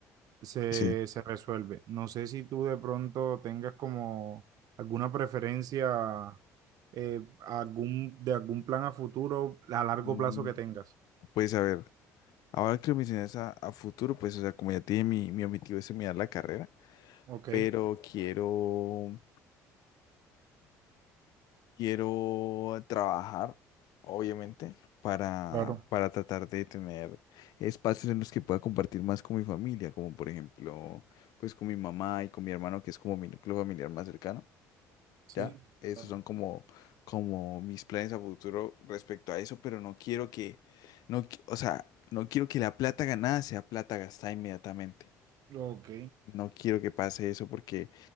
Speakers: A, on the right; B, on the left.
A: se,
B: sí.
A: se resuelve. No sé si tú de pronto tengas como alguna preferencia eh, algún, de algún plan a futuro a largo
B: Mm,
A: plazo que tengas.
B: Pues a ver, ahora que lo mencionas a, a futuro, pues o sea, como ya tiene mi, mi objetivo es terminar la carrera,
A: Ok,
B: pero quiero Quiero trabajar, obviamente, para,
A: claro.
B: para tratar de tener espacios en los que pueda compartir más con mi familia, como por ejemplo, pues con mi mamá y con mi hermano, que es como mi núcleo familiar más cercano,
A: Sí,
B: ¿ya? Esos
A: claro.
B: son como, como mis planes a futuro respecto a eso, pero no quiero que, no, qui- o sea, no quiero que la plata ganada sea plata gastada inmediatamente.
A: Ok,
B: No quiero que pase eso porque